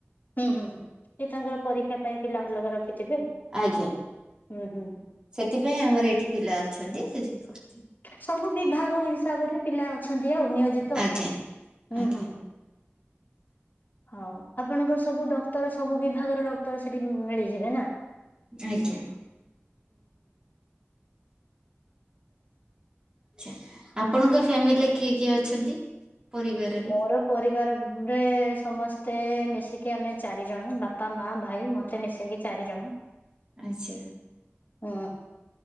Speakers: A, on the left (about 45°); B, on the right (about 20°).
A: ହୁଁ-ହୁଁ-ହୁଁ, ସେ ତାଙ୍କର ପରୀକ୍ଷା ପାଇଁ ପିଲା ଅଲଗା ରଖିଥିବେ ଆଉ
B: ଆଜ୍ଞା
A: ହୁଁ-ହୁଁ-ହୁଁ।
B: ସେଥିପାଇଁ ଆମର ଏଇଠି ପିଲା ଅଛନ୍ତି ସେ ଶିଖୁଛି।
A: ସବୁ ବିଭାଗ ହିସାବରେ ପିଲା ଅଛନ୍ତି ଆଉ ନିୟୋଜିତ
B: ଆଜ୍ଞା
A: ହୁଁ
B: ଆଜ୍ଞା
A: ହୁଁ ହୁଁ। ହଉ ଆପଣଙ୍କର ସବୁ ଡକ୍ଟର ସବୁ ବିଭାଗରର ତ ସେଠି ମିଳିଯିବେ ନା
B: ଆଜ୍ଞା ଆଛା, ଆପଣଙ୍କ ଫ୍ୟାମିଲି କିଏ କିଏ ଅଛନ୍ତି ପରିବାରରେ?
A: <inaudible> ପରିବାରରେ ସମସ୍ତେ ମିଶିକି ଆମେ ଚାରିଜଣ ବାପ୍ ବାପା ମା ଭାଇ ମତେ ମିଶେଇକି ଚାରି ଜଣ।
B: ଆଛା,
A: ଉଁ